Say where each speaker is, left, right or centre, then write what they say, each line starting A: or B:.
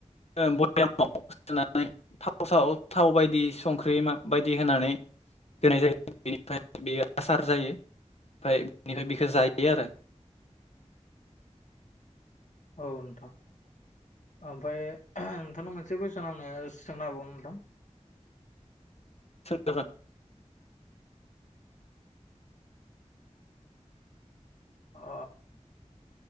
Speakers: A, on the left; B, on the left.
A: ओ बहामाव सोनानै थाव साव थाव बायदि संख्रि बायदि होनानै होनाय जायो बेनिफ्राय बेयो आसार जायो ओमफ्राय बेनिफ्राय बेखौ जायो आरो।
B: औ नोंथां ओमफाय नोंथांनाव मोनसे कुइसन आङो सोंनो हाबावगोन नोंथां?
A: सोंजागोन।
B: अ